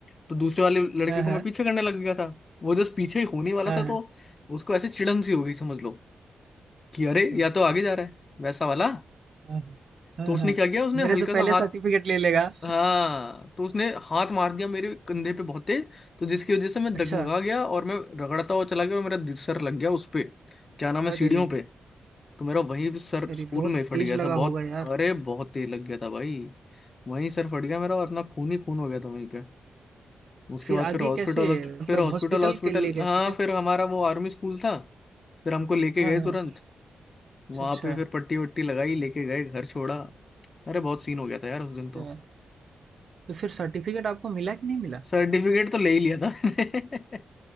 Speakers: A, on the left (about 45°); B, on the right (about 65°).
A: तो दूसरे वाले लड़के
B: हाँ, हाँ,
A: को मैं पीछे करने लग गया था वो जस्ट पीछे ही होने वाला
B: हाँ,
A: था तो
B: हाँ।
A: उसको ऐसे चिड़न सी हो गई समझ लो कि अरे
B: अच्छा,
A: या तो आगे जा रहा है वैसा वाला
B: हाँ, हाँ, हाँ,
A: तो उसने
B: हाँ।
A: क्या किया उसने
B: मेरे
A: हल्का
B: से पहले
A: सा हाथ
B: सर्टिफिकेट ले लेगा।
A: हाँ तो उसने हाथ मार दिया मेरे कंधे पे बहुत तेज तो जिसकी वजह से मैं
B: अच्छा,
A: डगमगा गया और मैं रगड़ता हुआ चला गया और मेरा दि- सर लग गया उस पे क्या नाम है सीढ़ियों
B: अरे रे,
A: पे तो मेरा वही सर
B: अरे
A: स्कूल
B: बहुत
A: में ही फट
B: तेज
A: गया था
B: लगा
A: बहुत
B: होगा यार।
A: अरे बहुत तेज लग गया था भाई वहीं सर फट गया मेरा और इतना खून ही खून हो गया था वहीं पे उसके
B: फिर
A: बाद
B: आगे
A: फिर हॉस्पिटल
B: कैसे मतलब
A: फिर हॉस्पिटल
B: हॉस्पिटल
A: हॉस्पिटल
B: के लिए
A: हाँ
B: गए थे क्या?
A: फिर हमारा वो आर्मी स्कूल था फिर हमको लेके
B: हाँ,
A: गए
B: हाँ,
A: तुरंत
B: अच्छा,
A: वहां
B: अच्छा,
A: पे फिर पट्टी वट्टी लगाई लेके गए घर छोड़ा अरे बहुत सीन हो गया था यार उस दिन
B: अच्छा।
A: तो।
B: तो फिर सर्टिफिकेट आपको मिला कि नहीं मिला?
A: सर्टिफिकेट तो ले ही लिया था मैंने